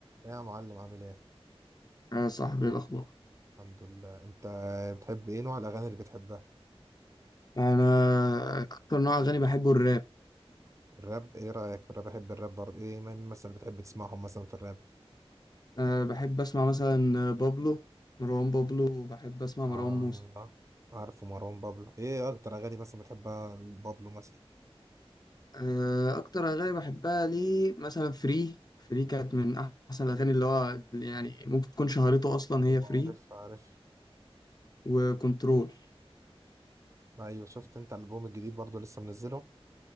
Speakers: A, on the right; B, on the left.
A: يا معلم عامل ايه
B: يا صاحبي إيه الأخبار
A: الحمد لله انت بتحب ايه نوع الاغاني اللي بتحبها
B: أنا أكتر نوع أغاني بحبه الراب
A: الراب ايه رايك في الراب بحب الراب برضه ايه مين مثلا بتحب تسمعهم مثلا في الراب
B: أه بحب أسمع مثلا بابلو مروان بابلو وبحب أسمع
A: اه
B: مروان موسى
A: عارف مروان بابلو ايه اكتر اغاني مثلا بتحبها بابلو مثلا
B: أه أكتر أغاني بحبها ليه مثلا فري فري كانت من أحسن الأغاني اللي هو يعني ممكن تكون شهرته أصلا
A: ايوه
B: هي فري
A: عارف عارف
B: وكنترول
A: ايوه شفت انت الالبوم الجديد برضه لسه منزله